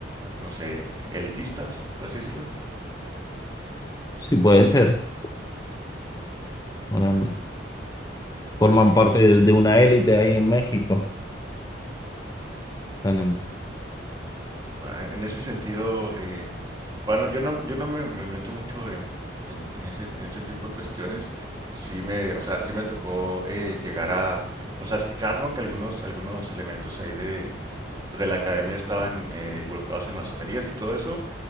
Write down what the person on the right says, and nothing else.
no sé, elitistas, por así decirlo.
Así,
Ah, En ese sentido, eh, bueno, yo no, yo no me, me meto mucho en, en, en ese, en ese tipo de cuestiones. Sí me, o sea, sí me tocó eh, llegar a, pues a escuchar, ¿no? Que algunos, algunos elementos ahí de, pues, de la academia estaban eh, involucrados en masonerías y todo eso,